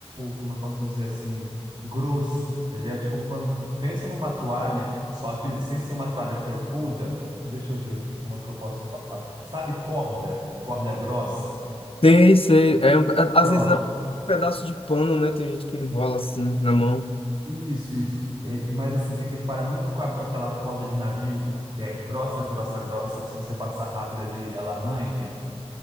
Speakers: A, on the right; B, on the left.
A: como eu posso dizer assim, grosso. Ele é tipo um pano, pensa numa toalha, só que sem ser uma toalha felpuda. Deixa eu ver aqui como é que eu posso falar. Sabe corda, corda grossa?
B: Tem, sei, é um- às
A: Pronto.
B: vezes é um pedaço de pano, né? Tem gente que enrola assim na mão.
A: Isso, isso. É, mas assim, se equipara muito com a- com aquela corda de navio que, que é grossa, grossa, grossa, que se você passar rápido ali, ela arranha.